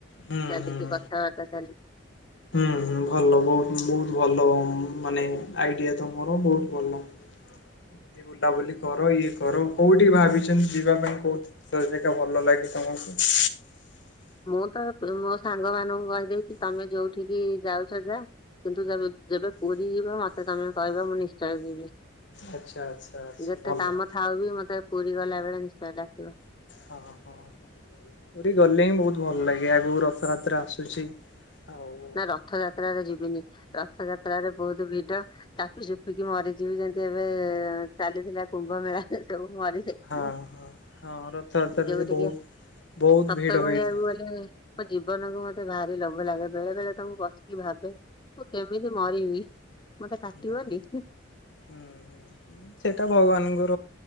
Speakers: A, on the left; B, on the left.
A: ହୁଁ
B: ଚାଲିଛି
A: ହୁଁ
B: କଥାବାର୍ତ୍ତା ଚାଲିଛି।
A: ହୁଁ ହୁଁ ଭଲ ବହୁତ ବହୁତ ଭଲ ହୁଁ ମାନେ ଆଇଡ଼ିଆ ତମର ବହୁତ ଭଲ। ଏମିତି ବୁଲାବୁଲି କର ଇଏ କର କୋଉଠି ଭାବିଛନ୍ତି ଯିବା ପାଇଁ କୋଉଠି ଜାଗା ଭଲ ଲାଗେ। ଅହ <unintelligible>
B: ମୁଁ ତ ମୋ ସାଙ୍ଗ ମାନଙ୍କୁ କହିଦେଇଛି ତମେ ଯୋଉଠିକି ଯାଉଛ ଯାଅ କିନ୍ତୁ ଯେବେ- ଯେବେ ପୁରୀ ଯିବା ମତେ ତମେ କହିବ ମୁଁ ନିଶ୍ଚୟ ଯିବି।
A: ଆଚ୍ଛା ଆଚ୍ଛା ଆଚ୍ଛା
B: ଯେତେ
A: ଭଲ
B: କାମ ଥାଉ ବି ମତେ ପୁରୀ ଗଲା ବେଳେ ନିଶ୍ଚୟ ଡାକିବ
A: ହଁ ହଁ ହ। ପୁରୀ ଗଲେ ହିଁ ବହୁତ ଭଲ ଲାଗେ ଆଗକୁ ରଥଯାତ୍ରା ଆସୁଛି। ଆଉ ହଁ
B: ନା ରଥଯାତ୍ରାରେ ଯିବିନି ରଥଯାତ୍ରାରେ ବହୁତ ଭିଡ ଚାପି ଚୁପିକି ମରିଯିବି ଯେମତି ଏବେ ଚାଲିଥିଲା କୁମ୍ଭ ମେଳାରେ ସବୁ ମରିଯାଇଥିଲେ।
A: ହଁ ହଁ ରଥଯାତ୍ରାରେ
B: ନିଜକୁ ଟିକେ
A: ବହୁତ ବହୁତ
B: ସତ
A: ଭିଡ
B: କହିବାକୁ
A: ହୋଇଥାଏ।
B: ଗଲେ ମୋ ଜୀବନକୁ ମତେ ଭାରି ଲୋଭ ଲାଗେ। ବେଳେ ବେଳେ ତ ମୁଁ ବସିକି ଭାବେ ମୁଁ କେମିତି ମରିବି। ମତେ କାଟିବନି
A: ହୁଁ ହୁଁ ହୁଁ ସେଇଟା ଭଗବାନଙ୍କୁ